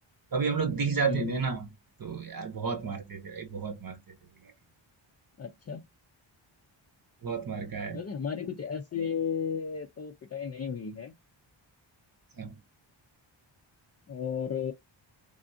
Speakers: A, on the right (about 45°); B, on the left (about 35°).
A: कभी हम लोग दिख जाते
B: हम्म
A: थे ना तो यार बहुत मारते थे भाई बहुत मारते थे बुला के
B: अच्छा
A: बहुत मार खाया
B: वैसे हमारी कुछ ऐसे तो पिटाई नहीं हुई है
A: है
B: और